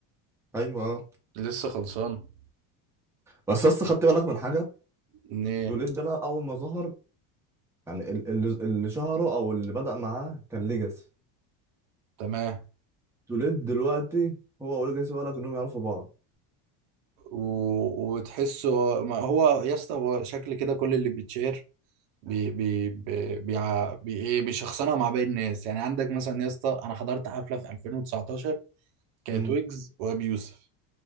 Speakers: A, in the centre; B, on the right.
A: ايوه اه.
B: لسه خلصان
A: بس اصلا خدت بالك من حاجه
B: ايه
A: توليد ده لا اول ما ظهر يعني ال- اللي اللي شهره او اللي بدأ معاه كان ليجاسي
B: تمام
A: توليد دلوقتي هو وليجاسي ولا كانوا يعرفوا بعض
B: و... وتحسه ما هو يا اسطى هو شكل كده كل اللي بيتشهر بي بي بي بيع- بي ايه بيشخصنها مع باقي الناس يعني عندك مثلا يا اسطى انا حضرت حفله في 2019 كانت
A: امم
B: ويجز وابي يوسف